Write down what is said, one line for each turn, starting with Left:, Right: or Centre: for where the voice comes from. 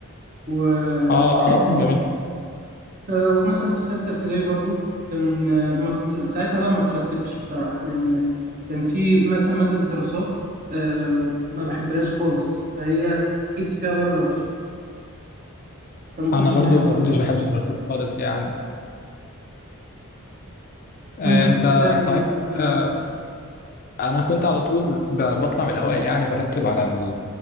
Right: و
Left: اه
Right: <laughs>
Left: اه جميل
Right: آه، ومثلا في ستة ابتدائي برضو كان آه، ما ت- ساعتها بقى ما ترتبتش بصراحة لأن كان في مثلا مادة الدراسات آه، ما بحبهاش خالص فهي جبت فيها درجة وحشة فما كنتش
Left: انا برضو
Right: بحبها
Left: ما كنتش
Right: <laughs> خالص
Left: بحب الدراسات خالص يعني آه،
Right: وأنت كنت
Left: انت
Right: بتعمل
Left: صحيح
Right: إيه في المدرسة؟
Left: آه، انا كنت على طول ب- بطلع من الاوائل يعني برتب على ال...